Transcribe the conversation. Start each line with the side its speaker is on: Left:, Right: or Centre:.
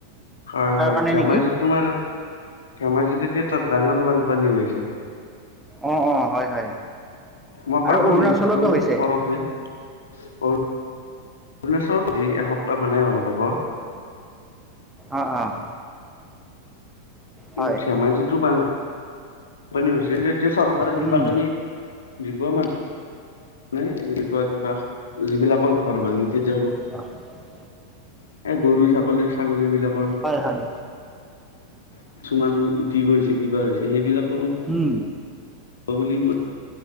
Left: হয়,
Centre: তাৰ
Left: হয়।
Centre: কাৰণে
Left: ধেমাজিত
Centre: নেকি
Left: তোমাৰ ধেমাজিত এতিয়া তাত ডাঙৰ বানপানী হৈছে।
Centre: অ' অ' হয়, হয়।
Left: মই
Centre: আৰু
Left: পালো
Centre: অৰুণাচলতো
Left: নিউজটো
Centre: হৈছে
Left: পৰহি ভ্বৰ আজি এসপ্তাহ মানে হ'ল খবৰ।
Centre: অ' অ'।
Left: কিন্তু
Centre: হয়
Left: ধেমাজিতটো বান বানপানী হৈছে যেতিয়া, চৰকাৰে
Centre: উম
Left: কিবা কানি দিব মানুহ মানে যি বুলি কয় কিবা যিবিলাকৰ ঘৰৰ ভাঙিছে তেওঁলোকক
Centre: অহ'
Left: গৰু, ছাগলী, ছাগলী বিলাক।
Centre: হয়, হয়।
Left: কিছুমান উটি গৈছে কিবা হৈছে সেইবিলাক
Centre: উম।
Left: হ'ব বুলি কয়,